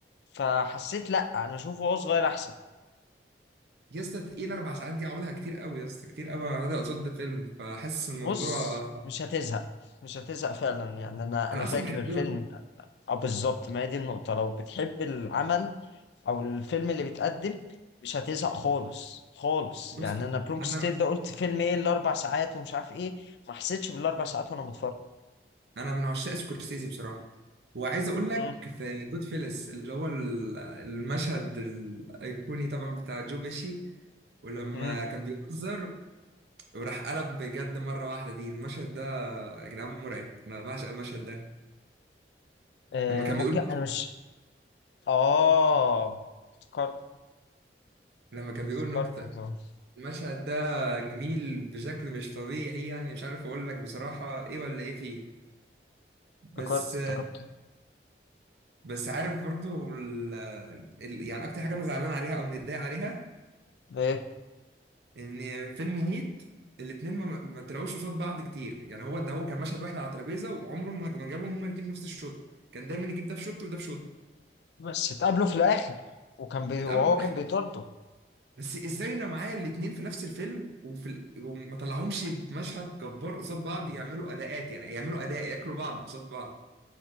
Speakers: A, on the left (about 70°); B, on the right (about 65°).
A: فحسيت لا انا اشوفه وهو صغير احسن
B: يا اسطى تقيل اربع ساعات دي عوضها كتير قوي يا اسطى كتير قوي انا قصاد فيلم فحاسس الموضوع
A: بص مش هتزهق مش هتزهق فعلا يعني انا انا
B: انا اصلا
A: فاكر
B: بحبهم
A: الفيلم اه بالظبط ما هي دي النقطة لو بتحب العمل او الفيلم اللي بيتقدم مش هتزهق خالص خالص
B: بص
A: يعني انا برونكو
B: انا
A: ستيل ده قلت فيلم ايه الاربع ساعات ومش عارف ايه ما حسيتش بالاربع ساعات وانا بتفرج
B: انا من عشاق سكورسيزي بصراحه وعايز اقول لك
A: مم.
B: في جود فيلس اللي هو ال- المشهد الايقوني طبعا بتاع جو بيشي ولما
A: مم.
B: كان بيهزر وراح قلب بجد مره واحده دي المشهد ده يا جدعان مرعب انا بعشق المشهد ده
A: آه
B: لما كان
A: ممكن
B: بيقول
A: انا مش اه افتكرت
B: لما كان بيقول
A: افتكرت
B: نكتة
A: افتكرت
B: المشهد ده جميل بشكل مش طبيعي يعني مش عارف اقول لك بصراحة ايه ولا ايه فيه بس
A: افتكرت افتكرت
B: بس عارف برضو ال... ال... يعني اكتر حاجة انا زعلان عليها او متضايق عليها
A: ايه
B: ان فيلم هيت الاتنين ما, ما طلعوش قصاد بعض كتير يعني هو ده هو كان مشهد واحد على ترابيزة وعمره ما ما جابهم هما الاتنين في نفس الشوت كان دايما يجيب ده في شوت وده في شوت
A: بس اتقابلوا في الاخر وكان بي...
B: اتقابلوا
A: وهو كان بيطارده
B: بس ازاي انا معايا الاتنين في نفس الفيلم وفي ال... وما طلعهمش في مشهد جبار قصاد بعض يعملوا اداءات يعني يعملوا اداء ياكلوا بعض قصاد بعض